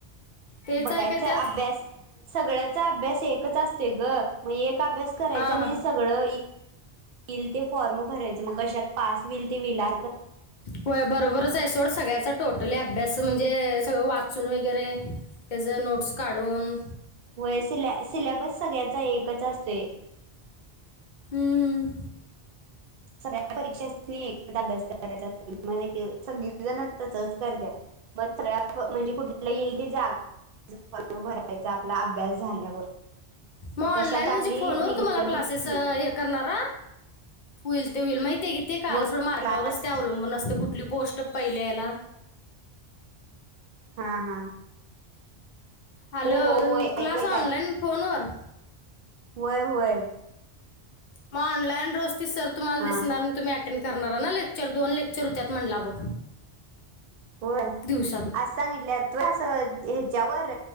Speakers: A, on the left; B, on the right.
A: तेच
B: बघायचं
A: आहे का त्यात
B: अभ्यास सगळ्याचा अभ्यास एकचं असते गं मगं एक., अभ्यास करायचा
A: हां
B: आणि
A: हां
B: सगळं येईल ते. फॉर्म भरायचं मगं कशात पास होईल ते विला.
A: होय बरोबरच आहे सोड सगळ्याचा टोटली अभ्यास म्हणजे सगळं वाचून वगैरे. त्याचे नोट्स काढूनं,
B: होय सि सिलेबस सगळ्याचा एकच असतोयं.
A: हम.
B: सगळ्या परीक्षांसनी एकचअभ्यास करायचा सगळीजणं तसचं करतातं. <inaudible> म्हणजे कुठं. आपला येईल ती जागा भरायचा आपला अभ्यास झाल्यावर..
A: मग ऑनलाईन
B: कशात आपली
A: म्हणजे फोनवर
B: निवड
A: तुम्हाला क्लासेस करणारा, होईल- ते होईल माहिती आहे की ते कळाल
B: व
A: सोड मार्कावरचं
B: क्लास
A: ते अवलंबून असते कुठली पोस्ट ते- पहिल्या हिला.
B: हा हा.
A: हॅलो
B: हो हो होय
A: क्लास
B: ऐकूय
A: ऑनलाईन फोन वर.
B: होयं होयं.
A: मग ऑनलाईन रोज ते सर तुम्हाला
B: हा
A: दिसणार, तुम्ही - अटेंड करणारा ना लेक्चर दोन लेक्चर होत्यात म्हणाला बघ
B: होय
A: दिवसात.
B: आज सांगितले तू असं ह्याच्यावर